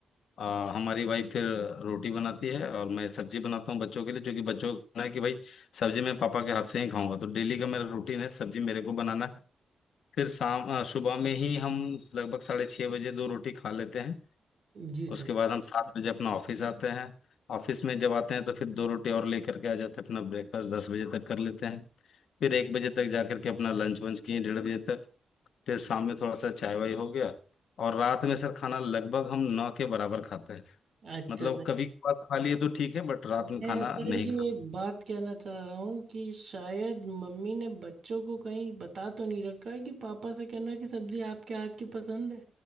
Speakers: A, on the left; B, on the right.
A: आ, हमारी वाइफ फिर रोटी बनाती है और मैं सब्जी बनाता हूँ बच्चों के लिए क्योंकि बच्चों को कहना है कि भाई सब्जी मैं पापा के हाथ से ही खाऊंगा तो डेली का मेरा रूटीन है सब्जी मेरे को बनाना है फिर शाम आ, सुबह में ही हम लगभग साढ़े छः बजे दो रोटी खा लेते हैं
B: जी सर
A: उसके बाद हम सात बजे अपना ऑफिस आते हैं ऑफिस में जब आते हैं तो फिर दो रोटी और लेकर के आ जाते हैं अपना ब्रेकफास्ट दस बजे तक कर लेते हैं फिर एक बजे तक जाकर के अपना लंच वंच किए डेढ़ बजे तक फिर शाम में थोड़ा सा चाय वाय हो गया और रात में सर खाना लगभग हम नौ के बराबर खाते हैं
B: अच्छा
A: मतलब
B: सर
A: कभी बात खा लिए तो ठीक है बट रात
B: मैं
A: में खाना
B: सर
A: नहीं
B: ये एक बात कहना चाह रहा हूँ कि शायद मम्मी ने बच्चों को कहीं बता तो नहीं रखा है कि पापा से कहना कि सब्जी आपके हाथ की पसंद है